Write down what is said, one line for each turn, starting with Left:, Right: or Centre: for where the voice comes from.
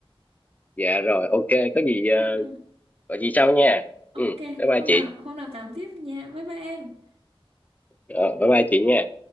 Left: dạ rồi ok có gì ờ,
Right: Ờ, ờ.
Left: gọi chị sau nha
Right: ok,
Left: ừ bye bye
Right: hôm
Left: chị
Right: nào hôm nào tám tiếp nha. Bye bye em.
Left: ờ, bye bye chị nha